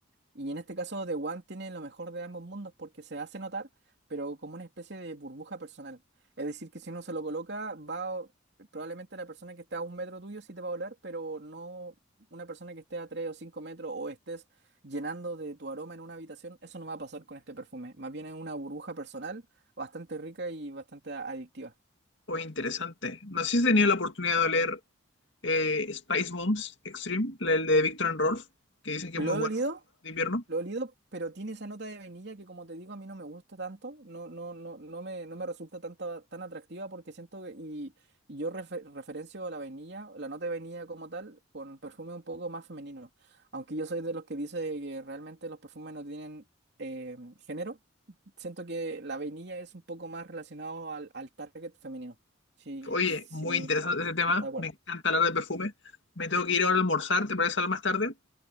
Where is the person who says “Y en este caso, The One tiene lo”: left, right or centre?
Right